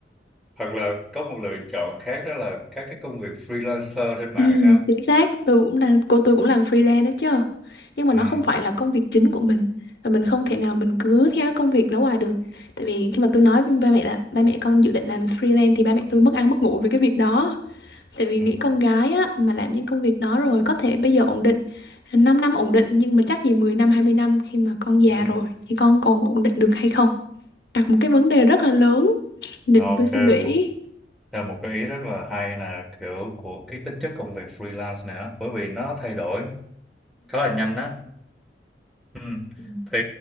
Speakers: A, in the centre; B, on the left.
A: hoặc là có một lựa chọn khác đó là các cái công việc freelancer trên mạng
B: Ừ,
A: ha
B: chính xác tôi cũng làm cô tôi cũng làm freelance đó chứ nhưng mà nó
A: Ừ,
B: không phải là công việc chính của mình và mình không thể nào mình cứ theo cái công việc đó hoài được tại vì khi mà tôi nói với ba mẹ là ba mẹ con dự định làm freelance thì ba mẹ tôi mất ăn mất ngủ với cái việc đó tại vì
A: ừ,
B: nghĩ con gái á mà làm những công việc đó rồi có thể bây giờ ổn định 5 năm ổn định nhưng mà chắc gì 10 năm 20 năm khi mà con già
A: ừ.
B: rồi thì con còn ổn định được hay không đặt một cái vấn đề rất là lớn nên
A: Ok,
B: tôi suy nghĩ
A: một theo một cái ý rất là hay là kiểu của cái tính chất công việc freelance này á, bởi vì nó thay đổi khá là nhanh á. Ừ.
B: ừ.
A: Thì